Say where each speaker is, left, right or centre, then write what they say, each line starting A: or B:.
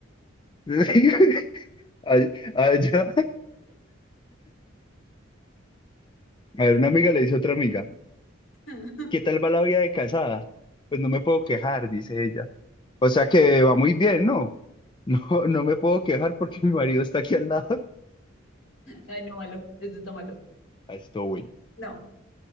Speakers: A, on the left; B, on the left.
A: <laughs> Ay- Allá. A ver, una amiga le dice a otra amiga,
B: <laughs>
A: ¿qué tal va la vida de casada? Pues no me puedo quejar, dice ella. O sea que va muy bien, ¿no? <laughs> No, no me puedo quejar porque mi marido está aquí al lado. <laughs>
B: Ay, no, malo, esto está malo.
A: Ah, Estuvo bueno.
B: No,